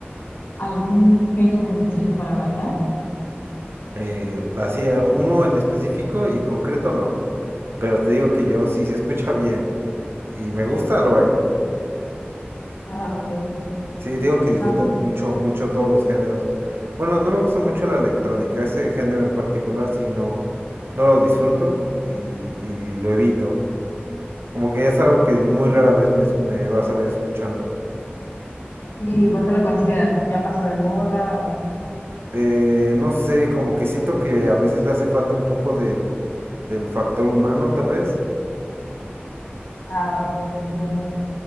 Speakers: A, on the left; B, on the right.
A: algún género en específico para bailar?
B: Eh, así, un- uno en específico y en concreto no. Pero te digo que yo, si se escucha bien y me gusta, lo bailo.
A: Ah, ok.
B: Sí, te digo que disfruto
A: No, pues,
B: mucho, mucho todos los géneros. Bueno, no me gusta mucho la electrónica, ese género en particular sí no, no lo disfruto y, y lo evito. Como que es algo que muy rara vez me, es- me vas a ver escuchando.
A: ¿y por qué lo consideras? ¿Porque ya pasó de moda? o-
B: Eh, no sé, como que siento que a veces le hace falta un poco del, del factor humano, tal vez.
A: Ah, ok, entiendo.